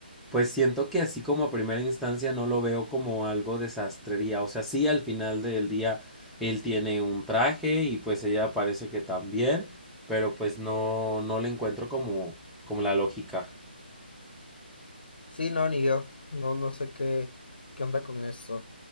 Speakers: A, in the centre; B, on the left (about 60°).
A: Pues siento que así como a primera instancia no lo veo como algo de sastrería. O sea, sí, al final del día él tiene un traje y pues ella parece que también, pero pues no, no le encuentro como, como la lógica.
B: Sí, no, ni yo. No, no sé qué, qué onda con eso.